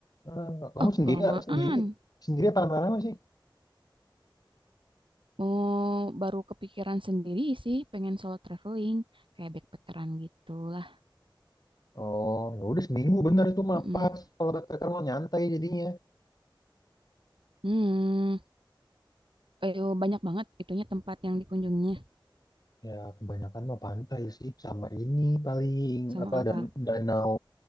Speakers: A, on the left; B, on the right.
A: Eh, kamu
B: Oh,
A: sendiri
B: kelamaan.
A: sendiri sendiri apa lama-lama sih?
B: Mau baru kepikiran sendiri sih, pengen solo traveling, kayak backpackeran gitu lah.
A: Oh ya udah seminggu bener itu mah
B: Mm-mm.
A: pas. Kalau backpacker mau nyantai jadinya.
B: Hmm, eh, banyak banget itunya tempat yang dikunjungi.
A: Ya kebanyakan mau pantai sih sama ini paling
B: Sama
A: apa
B: apa?
A: dan danau